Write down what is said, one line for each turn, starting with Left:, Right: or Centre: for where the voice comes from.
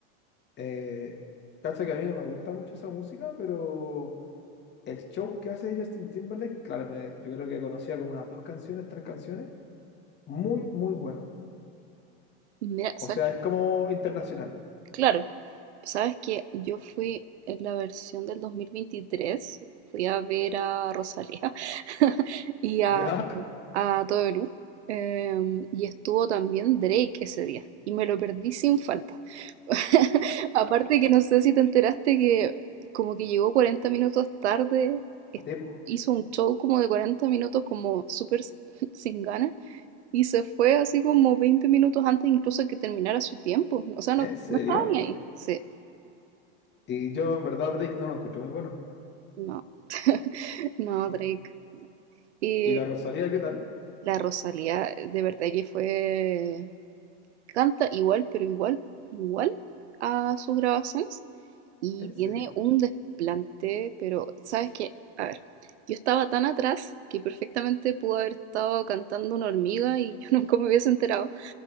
Left: Eh, cacha que a mí no me gusta mucho esa música, pero el show que hace Justin Timberlake, claro, me- yo creo que conocía como unas dos canciones, tres canciones, muy, muy bueno.
Right: Mira,
Left: O
Right: ¿sabes?
Left: sea, es como internacional.
Right: Claro, Sabes que yo fui en la versión del dos mil veintitrés fui a ver a Rosalía <laughs> y a,
Left: Ya,
Right: a Todo Perú, em, y estuvo también Drake ese día, y me lo perdí sin falta. <laughs> Aparte que no sé si te enteraste que como que llegó 40 minutos tarde, es-
Left: <laughs> tipo,
Right: hizo un show como de 40 minutos como súper s- <laughs> sin ganas, y se fue así como 20 minutos antes incluso que terminara su tiempo, o sea, no,
Left: ¿en serio?
Right: no estaba ni ahí, sí.
Left: Y yo en verdad Drake no lo encuentro muy bueno.
Right: No, <laughs> no,
Left: ¿no?
Right: Drake. Y
Left: ¿Y la Rosalía qué tal?
Right: la Rosalía, de verdad que fue, canta igual, pero igual, igual a sus grabaciones. Y
Left: ¿En
Right: tiene
Left: serio?
Right: un
Left: <laughs>
Right: desplante, pero ¿sabes qué? A ver, yo estaba tan atrás que perfectamente pudo haber estado cantando una hormiga y yo <laughs> nunca me hubiese enterado.